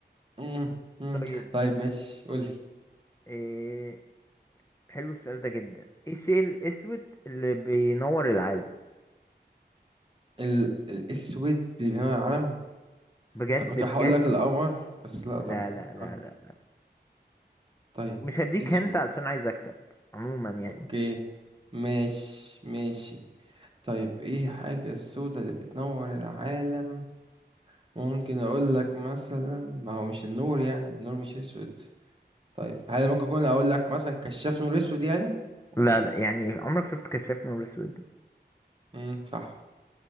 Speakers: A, on the right; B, on the left.
A: مم، مم.
B: طيب
A: طيب ماشي قولي
B: إيه حلو السؤال ده جدا ايه الشيء الاسود اللي بينور العالم
A: ال- الاسود اللي بينور على العالم
B: بجد
A: انا كنت
B: بجد
A: هقول لك القمر بس لا
B: لا
A: طبعا
B: لا لا
A: اه
B: لا لا
A: طيب
B: مش هديك
A: اسود
B: هنت علشان عايز اكسب عموما يعني
A: اوكي ماشي ماشي طيب ايه حاجة السوداء اللي بتنور العالم ممكن اقول لك مثلا ما هو مش النور يعني النور مش اسود طيب هل ممكن اكون اقول لك مثلا كشاف نور اسود يعني ولا
B: لا لا يعني عمرك شفت كشاف نور اسود
A: امم صح